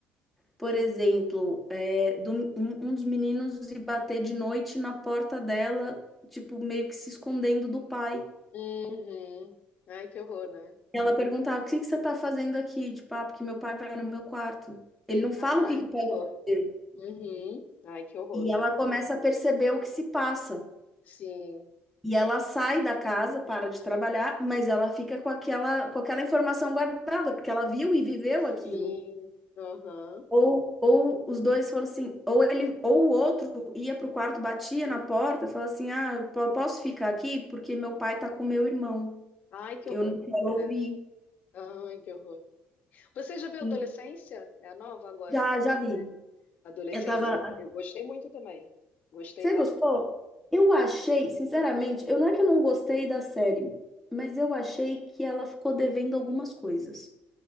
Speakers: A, in the centre; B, on the left.
A: por exemplo, é, do, um, um dos meninos ir bater de noite na porta dela, tipo, meio que se escondendo do pai.
B: Uhum. Ai, que horror, né?
A: Ela perguntava, o que que você tá fazendo aqui? Tipo, ah, porque meu pai vai no meu quarto. Ele não fala
B: Ai,
A: o que que
B: que
A: o pai
B: horror.
A: vai fazer.
B: Uhum. Ai, que horror.
A: E ela começa a perceber o que se passa.
B: Sim,
A: E ela sai da casa, para de trabalhar, mas ela fica com aquela, com aquela informação guardada, porque ela viu e viveu
B: sim,
A: aquilo.
B: aham.
A: Ou, ou os dois falam assim, ou ele, ou o outro ia pro quarto, batia na porta, fala assim: "Ah, eu po- posso ficar aqui porque meu pai tá com meu irmão.
B: Ai, que horror.
A: Eu não quero
B: credo.
A: ouvir".
B: Ai, que horror. Você já viu
A: Hum,
B: Adolescência? É a nova agora,
A: Já,
B: essa
A: já vi.
B: série. Adolescência,
A: Eu tava.
B: eu gostei muito também. Gostei
A: Você gostou? Eu achei, sinceramente, eu não é que eu não gostei da série, mas eu achei que ela ficou devendo algumas coisas.